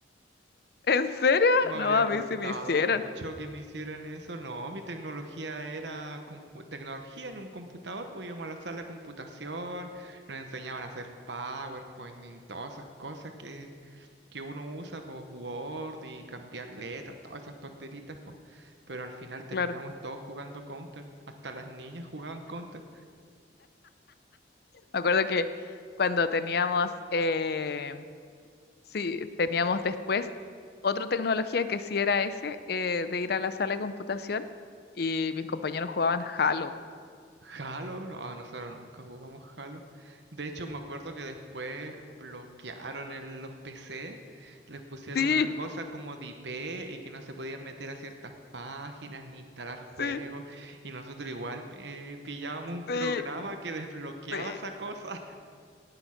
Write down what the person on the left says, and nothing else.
<laughs> ¿En serio?
No,
a
mí sí me hicieron,
claro.
Me acuerdo que cuando teníamos eh, Sí, teníamos después otra tecnología que sí era ese, eh, de ir a la sala de computación y mis compañeros jugaban Halo.
Sí,
sí,
sí,
sí.
<laughs>